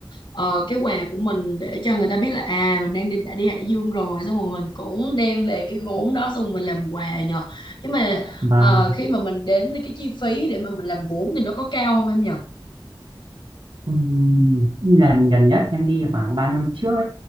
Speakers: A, on the left; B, on the right.
A: ờ, cái quà của mình để cho người ta biết là à mình đang đi đã đi Hải Dương rồi xong rồi mình cũng đem về cái gốm đó xong rồi mình làm quà nhờ. Nhưng mà
B: và
A: ờ, khi mà mình đến cái chi phí để mà mình làm gốm thì nó có cao không em nhờ?
B: Ừm, lần gần nhất em đi khoảng 3 năm trước ấy